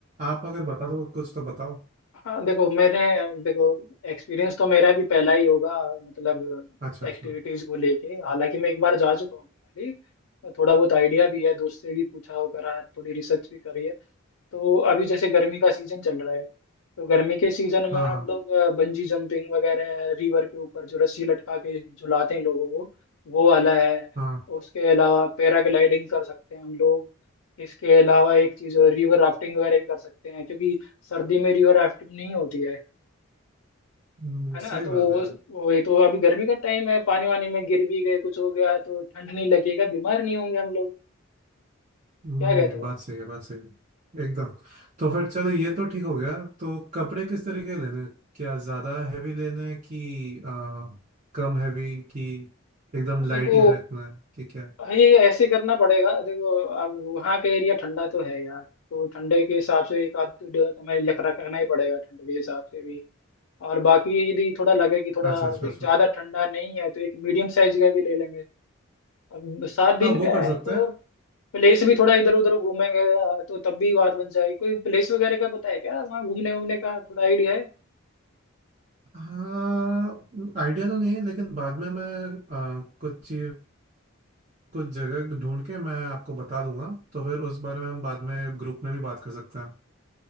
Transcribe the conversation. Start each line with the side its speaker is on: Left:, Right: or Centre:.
Right: आप अगर बता दो कुछ तो बताओ
Left: हाँ देखो मैंने देखो एक्सपीरियंस तो मेरा भी पहला ही होगा मतलब
Right: अच्छा
Left: एक्टिविटीज
Right: अच्छा
Left: को लेके हालांकि मैं एक बार जा चुका हूँ मनाली थोड़ा बहुत आइडिया भी है दोस्त से भी पूछा हो करा है थोड़ी रिसर्च भी करी है तो अभी जैसे गर्मी का सीजन चल रहा है तो गर्मी के सीजन में
Right: हाँ
Left: हम
Right: हाँ
Left: लोग अ, बंजी जंपिंग वगैरह रिवर के ऊपर जो रस्सी लटका के झुलाते हैं लोगों को वो वाला है
Right: हाँ
Left: उसके अलावा पैराग्लाइडिंग कर सकते हैं हम लोग इसके अलावा एक चीज रिवर राफ्टिंग वगैरह भी कर सकते हैं क्योंकि सर्दी में रिवर राफ्टिंग नहीं होती है
Right: हम्म,
Left: है ना
Right: सही बात
Left: तो वो
Right: है
Left: वही तो अभी गर्मी का टाइम है पानी वानी में गिर भी गए कुछ हो गया तो ठंड नहीं लगेगा बीमार नहीं होंगे हम लोग
Right: नहीं
Left: क्या कहते
Right: नहीं
Left: हो
Right: बात सही है बात सही है एकदम तो फिर चलो ये तो ठीक हो गया तो कपड़े किस तरीके लेने हैं? क्या ज्यादा हैवी लेने हैं कि आ, कम हैवी कि एकदम
Left: देखो
Right: लाइट ही रखना है कि क्या
Left: भाई ऐसे करना पड़ेगा देखो अब वहाँ का एरिया ठंडा तो है यार तो ठंडे के हिसाब से एक आध तो जो तुम्हें लग रखा करना ही पड़ेगा ठंड के हिसाब से भी और बाकी यदि थोड़ा लगे कि थोड़ा
Right: अच्छा अच्छा
Left: ज्यादा
Right: अच्छा
Left: ठंडा नहीं है तो एक मीडियम साइज का भी ले लेंगे अब सात दिन
Right: हाँ वो
Left: का
Right: कर सकते
Left: है तो
Right: हैं
Left: प्लेस भी थोड़ा इधर उधर घूमेंगे तो तब भी बात बन जाएगी कोई प्लेस वगैरह का पता है क्या वहाँ घूमने वूमने का थोड़ा आइडिया है
Right: हाँ आइडिया तो नहीं है लेकिन बाद में मैं आ, कुछ चीज कुछ जगह ढूंढ के मैं आपको बता दूंगा तो फिर उस बारे में हम बाद में ग्रुप में भी बात कर सकते हैं